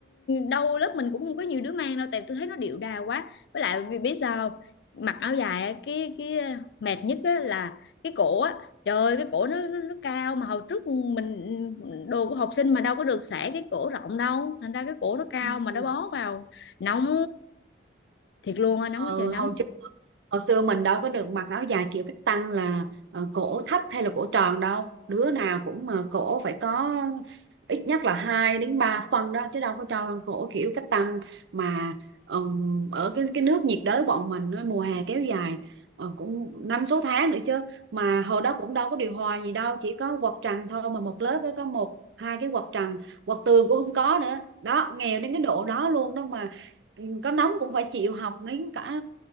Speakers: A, on the left; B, on the right.
A: đâu lớp mình cũng không có nhiều đứa mang đâu tại tôi thấy nó điệu đà quá. Với lại vì biết sao không? mặc áo dài á, cái cái ờ, mệt nhất á là cái cổ á. Trời ơi, cái cổ nó, nó nó cao mà hồi trước mình đồ của học sinh mà đâu có được xẻ cái cổ rộng đâu, thành ra cái cổ nó cao
B: ừ.
A: mà
B: ừ
A: nó bó vào nóng thiệt luôn á, nóng
B: Ừ,
A: quá trời nóng.
B: hồi hồi xưa mình đâu có được mặc áo dài kiểu cách tăng là ờ, cổ thấp hay là cổ tròn đâu đứa nào cũng mà cổ phải có ít nhất là 2 đến 3 phân đó chứ đâu có cho cổ kiểu cách tăng mà ừm, ở cái cái nước nhiệt đới bọn mình á, mùa hè kéo dài ờ, cũng năm sáu tháng nữa chứ mà hồi đó cũng đâu có điều hòa gì đâu chỉ có quạt trần thôi mà một lớp đó có một hai cái quạt trần quạt tường cũng không có nữa đó nghèo đến cái độ đó luôn đó mà ừ, có nóng cũng phải chịu học đến cả